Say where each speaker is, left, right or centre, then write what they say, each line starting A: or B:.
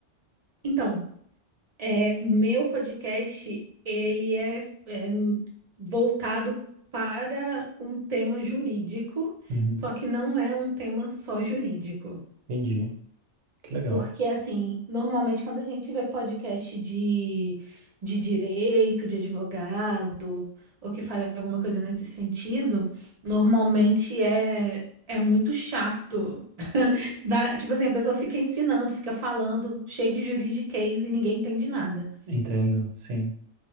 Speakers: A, on the right (about 40°); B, on the right (about 80°).
A: Então, é, meu podcast, ele é, é voltado para um tema jurídico,
B: Uhum.
A: só que não é um tema só jurídico.
B: Entendi, que legal.
A: Porque, assim, normalmente quando a gente vê podcast de, de direito, de advogado, ou que fala alguma coisa nesse sentido, normalmente é, é muito chato. <laughs> Dá- tipo assim, a pessoa fica ensinando, fica falando, cheio de juridiquês e ninguém entende nada.
B: Entendo, sim.